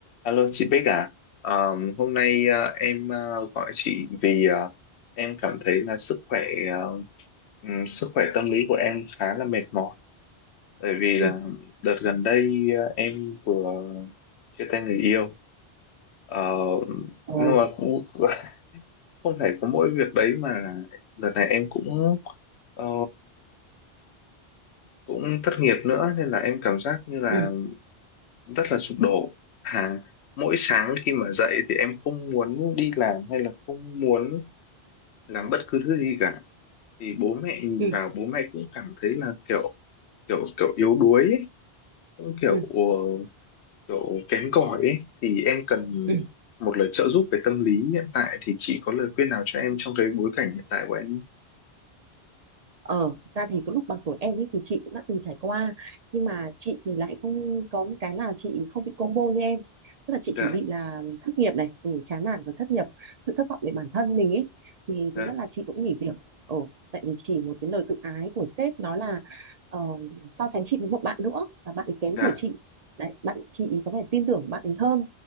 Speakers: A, on the left (about 85°); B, on the right (about 50°).
A: Alo chị Bích à, Ờ, hôm nay ờ, em ờ, gọi chị vì ờ, em cảm thấy là sức khỏe ờ, ừm, sức khỏe tâm lý của em khá là mệt mỏi bởi vì
B: ừ
A: là đợt gần đây ờ, em vừa chia tay người yêu Ờ,
B: ồ
A: nhưng mà cũng <laughs> không phải có mỗi việc đấy mà là đợt này em cũng ờ, cũng thất nghiệp nữa nên là em cảm giác như là
B: ừ
A: rất là sụp đổ à mỗi sáng khi mà dậy thì em không muốn đi làm hay là không muốn làm bất cứ thứ gì cả thì bố mẹ nhìn
B: ừ
A: vào bố mẹ cũng cảm thấy là kiểu kiểu kiểu yếu đuối ấy, cũng kiểu
B: ừ
A: ờ, kiểu kém cỏi ấy thì em cần
B: ừ
A: một lời trợ giúp về tâm lý hiện tại thì chị có lời khuyên nào cho em trong cái bối cảnh hiện tại của em
B: Ờ, thật ra thì có lúc bằng tuổi em ấy thì chị cũng đã từng trải qua nhưng mà chị thì lại không có một cái là chị không bị combo như em tức là chị
A: dạ
B: chỉ bị là thất nghiệp này ừ, chán nản rồi thất nghiệp sự thất vọng về bản thân mình ấy thì
A: dạ
B: thứ nhất là chị cũng nghỉ việc ừ, tại vì chỉ một cái lời tự ái của sếp nói là ờ, so sánh chị với một bạn nữa là bạn ấy kém
A: dạ
B: tuổi chị đấy bạn chị ý có vẻ tin tưởng bạn ấy hơn